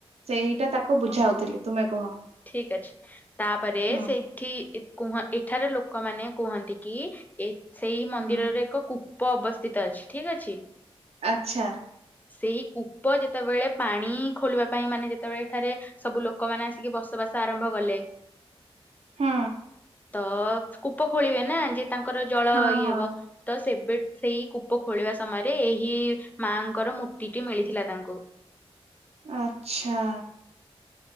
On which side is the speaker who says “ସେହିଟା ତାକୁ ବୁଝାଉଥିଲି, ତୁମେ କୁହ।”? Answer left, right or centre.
Right